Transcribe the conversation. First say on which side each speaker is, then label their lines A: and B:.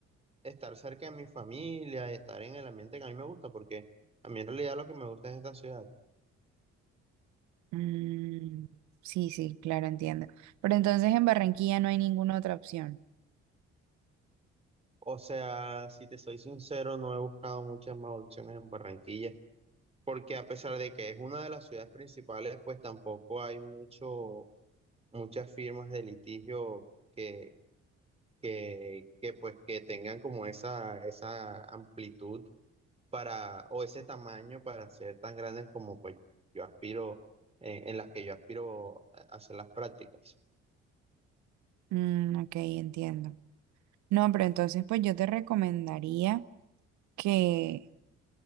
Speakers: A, on the right; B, on the right.
A: estar cerca de mi familia y estar en el ambiente que a mí me gusta, porque a mí en realidad lo que me gusta es esta ciudad.
B: Mm, sí, sí, claro, entiendo. Pero entonces en Barranquilla no hay ninguna otra opción.
A: O sea, si te soy sincero, no he buscado muchas más opciones en Barranquilla, porque a pesar de que es una de las ciudades principales, pues tampoco hay mucho, muchas firmas de litigio que, que, que pues que tengan como esa, esa amplitud para, o ese tamaño para ser tan grandes como pues yo aspiro, eh, en las que yo aspiro a hacer las prácticas.
B: Mm, ok, entiendo. No, pero entonces pues yo te recomendaría que